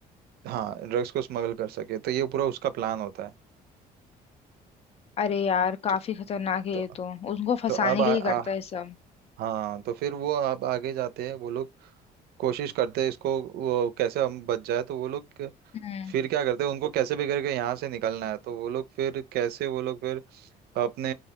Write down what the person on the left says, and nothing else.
अरे यार काफी
खतरनाक है
ये तो उनको फंसाने
के लिए
करता है सब
हम्म